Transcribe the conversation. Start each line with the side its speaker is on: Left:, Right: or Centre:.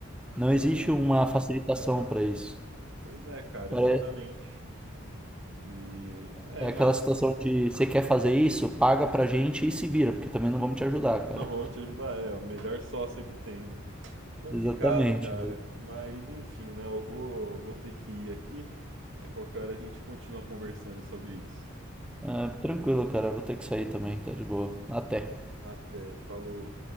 Centre: Não
Right: Pois
Centre: existe
Right: é,
Centre: uma facilitação para isso.
Right: pois é, cara,
Centre: Pare-
Right: exatamente. E é,
Centre: É
Right: mas
Centre: aquela situação de você quer fazer isso, paga pra gente e se vira, porque também não vamos te ajudar,
Right: não
Centre: cara.
Right: vão te ajudar, é o melhor sócio que tem, né? Complicado,
Centre: <laughs>
Right: cara.
Centre: Exatamente.
Right: Mas enfim, né? Eu vou, eu vou ter que ir aqui. Aí qualquer hora a gente continua conversando sobre isso.
Centre: Ah, tranquilo, cara. Vou ter que sair também, tá de boa. Até.
Right: Até, falou.